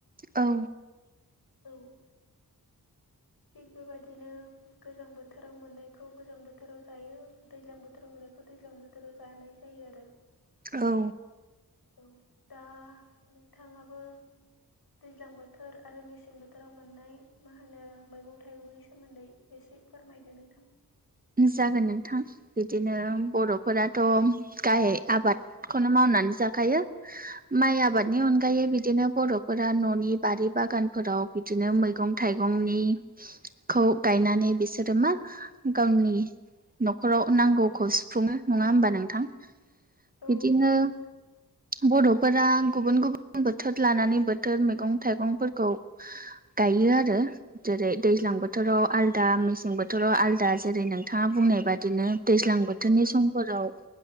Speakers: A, on the right; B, on the left.
A: औ
B: औ थिग बेबायदिनो गोजां बोथोराव मोननायखौ गोजां बोथोराव जायो। दैज्लां बोथोराव मोननायखौ दैज्लां बोथोराव जानाय जायो आरो।
A: औ
B: औ दा नोंथाङाबो दैज्लां बोथोर आरो मेसें बोथोराव मोननाय मा होनो मैगं थाइगंनि सोमोन्दै एसे फोरमायदो नोंथां
A: जागोन नोंथां बिदिनो बर'फोराथ' गाय आबाद खौनो मावनानै जाखायो माइ आबादनि अनगायै बिदिनो बर' फोरा न'नि बारि बागानफोराव बिदिनो मैगं थाइगंनि खौ गायनानै बिसोरो मा गावनि नखराव नांगौखौ सुफुङो नङा होमबा नोंथां?
B: औ
A: बिदिनो
B: नंगौ नों
A: बर'फोरा गुबुन गुबुन बोथोर लानानै बोथोर मैगं थाइगंफोरखौ गायो आरो। जेरै दैज्लां बोथोराव आलदा मेसें बोथोराव आलदा जेरै नोंथाङा बुंनाय बादिनो दैज्लां बोथोरनि
B: औ
A: समफोराव